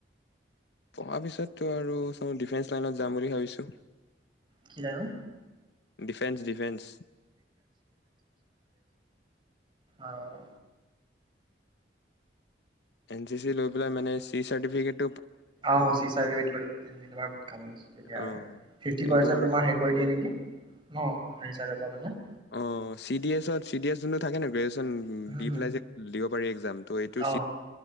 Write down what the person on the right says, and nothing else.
কি নাম।
আহ
অ চি চাৰ্টিফিকেট বহুত কামত দিয়ে।
ফিফটি
পাৰ্চেণ্ড
তোমাৰ হেৰি কৰি দিয়ে নেকি? অ হেৰি চাৰে পৰা মানে
উম,
উম,
অ'